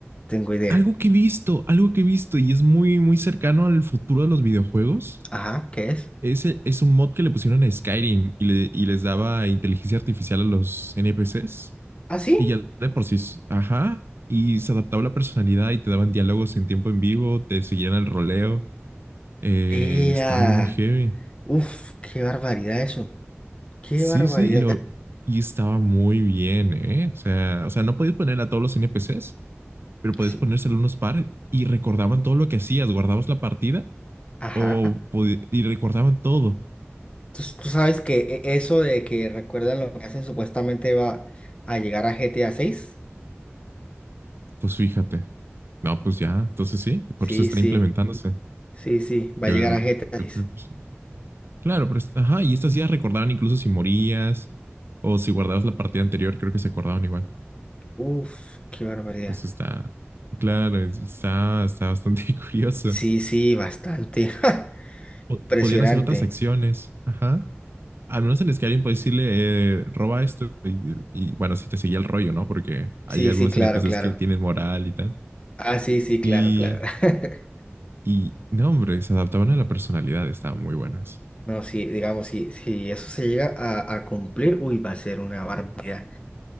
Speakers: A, on the left; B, on the right.
A: tengo idea.
B: Algo que he visto, algo que he visto y es muy, muy cercano al futuro de los videojuegos.
A: Ajá, ¿qué es?
B: Ese es un mod que le pusieron a Skyrim y, le- y les daba inteligencia artificial a los NPCs
A: ¿Ah, sí?
B: y ya de por sí, ajá, y se adaptaba la personalidad y te daban diálogos en tiempo en vivo, te seguían el roleo. Eh,
A: ¡Ea!
B: estaba muy heavy.
A: Uf, qué barbaridad eso, qué
B: Sí,
A: barbaridad.
B: sí, y, lo, y estaba muy bien, ¿eh? O sea, o sea, no podías poner a todos los NPCs, pero podías
A: Sí,
B: poner solo unos par y recordaban todo lo que hacías, guardabas la partida
A: Ajá,
B: o podi- y recordaban todo.
A: tú, tú sabes que e- eso de que recuerdan lo que hacen supuestamente va a llegar a GTA seis.
B: Pues fíjate. No, pues ya, entonces sí,
A: Sí,
B: por eso está
A: sí,
B: implementándose.
A: sí, sí, va
B: Yo,
A: a llegar a GTA 6.
B: yo creo que sí. Claro, pero es- ajá, y estas ya recordaban incluso si morías o si guardabas la partida anterior, creo que se acordaban igual.
A: Uf, qué barbaridad.
B: Eso está, claro, es- está, está bastante <laughs> curioso.
A: Sí, sí, bastante. <laughs> ¡Ja!
B: po-
A: Impresionante.
B: podían hacer otras acciones. Ajá. Al menos en Skyrim puedes decirle, eh, roba esto. Y, y, bueno, si te seguía el rollo, ¿no? Porque hay
A: Sí,
B: algunos
A: sí, claro,
B: NPCs
A: claro.
B: que tienen moral y tal.
A: Ah, sí, sí, claro,
B: Y,
A: claro. <laughs>
B: y no, hombre, se adaptaban a la personalidad. Estaban muy buenas.
A: No, sí, digamos, si, si eso se llega a, a cumplir, uy, va a ser una barbaridad